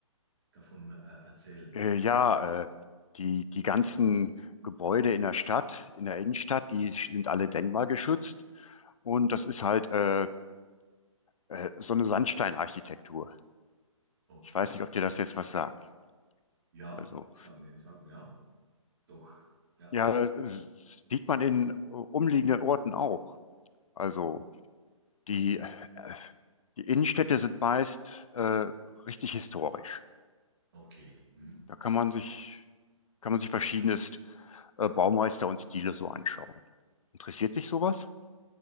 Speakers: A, on the right; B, on the left.
A: davon äh, erzählen?
B: äh, ja äh, die, die ganzen Gebäude in der Stadt, in der Innenstadt, die sind alle denkmalgeschützt. Und das ist halt äh, äh, so eine Sandsteinarchitektur.
A: Okay.
B: Ich weiß nicht, ob dir das
A: Ja,
B: jetzt was sagt.
A: Ja,
B: Also,
A: sagen wir, sagen wir, ja, doch, ja,
B: ja, äh, sieht man in äh, umliegenden Orten auch. Also, die, äh, die Innenstädte sind meist äh, richtig historisch.
A: okay. Mhm.
B: Da kann man sich, kann man sich verschiedenes äh, Baumeister und Stile so anschauen. Interessiert dich sowas?